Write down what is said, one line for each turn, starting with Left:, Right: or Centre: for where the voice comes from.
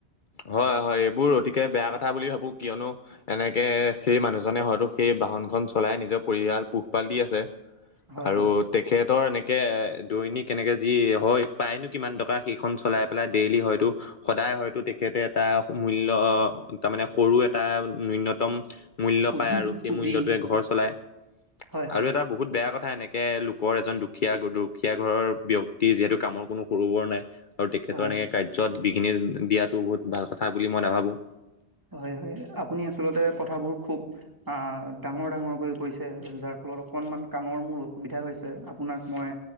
Left: হয় হয় এইবোৰ অতিকে বেয়া। ক কথা বুলি ভাবো কিয়নো এনেকে সেই মানুহজনে হয়তো সেই বাহনখন চলাই নিজৰ পৰিয়াল পোহপাল- দি আছে
Right: হয়
Left: আৰু
Right: হয়
Left: তেখেতৰ এনে কে দৈনিক এনেকে যি হয় পায়নো কিমান টকা সেইখন চলাই পেলাই ডেইলি হয়তো সদায় হয়তো তেখেতে এটা মূল্য তাৰ মানে সৰু এটা ন্যূনতম মূল্য
Right: পুঁজি
Left: পায় আৰু সেই
Right: পুঁজি
Left: মূল্যটোৱে ঘৰ চলাই
Right: হয় হয়
Left: আৰু এটা বহুত বেয়া কথা এনেকে- বৰ এজন দুখীয়া দুখীয়া ঘৰৰ ব্যক্তি যিহেতু কামৰ কোনো সৰু বৰ নাই। আৰু তেখেতৰ
Right: হয়
Left: এনেকে কাৰ্যত বিঘিনি দিয়াত বহুত ভাল কথা বুলি মই নাভাবো-
Right: হয় হয় আপুনি আচলতে কথাবোৰ খুব আহ ডাঙৰ ডাঙৰকৈ কৈছে যাৰ। ফ- লত অকণমান কাণৰ মোৰ অসুবিধা হৈছে আপোনাক মই